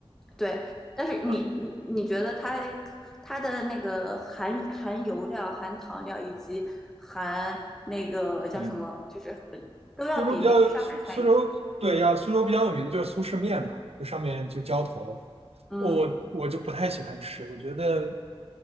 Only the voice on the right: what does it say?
啊，
嗯，
苏州比较苏苏州对要苏州比较有名的就是苏式面嘛，就上面就浇头，
我我就不太喜欢吃，我觉得